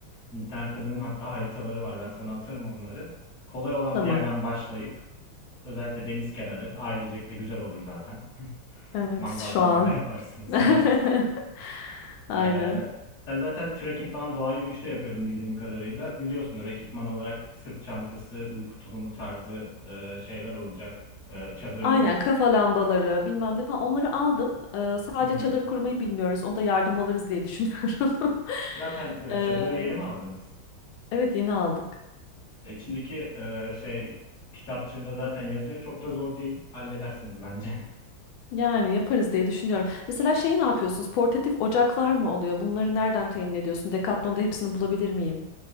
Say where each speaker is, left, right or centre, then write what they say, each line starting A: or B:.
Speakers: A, on the left (about 40°); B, on the left (about 85°).
A: İnternette bunun hatta haritaları var. Ben sana atarım onları. Kolay olan
B: tamam.
A: bir yerden başlayıp özellikle deniz kenarı ailecek de güzel olur zaten.
B: Evet,
A: Mangal
B: şu
A: falan
B: an.
A: da yaparsınız,
B: <laughs>
A: <laughs> evet.
B: Aynen.
A: Ee, sen zaten trekking falan doğa yürüyüşü de yapıyordun bildiğim kadarıyla. Biliyorsunuz ekipman olarak sırt çantası, uyku tulumu tarzı e, şeyler olacak. E, çadırınız.
B: Aynen kafa lambaları bilmem ne falan onları aldım. E, sadece
A: Hı hı.
B: çadır kurmayı bilmiyoruz. Onda yardım alırız diye düşünüyorum. <laughs>
A: Zaten e,
B: Ee,
A: çadırı yeni mi aldınız?
B: evet yeni aldık.
A: E, İçindeki e, şey kitapçığında zaten yazıyor. Çok da zor değil. Halledersiniz bence. <laughs>
B: Yani yaparız diye düşünüyorum. Mesela şey ne yapıyorsunuz? Portatif ocaklar mı oluyor? Bunları nereden temin ediyorsun? Decathlon'da hepsini bulabilir miyim?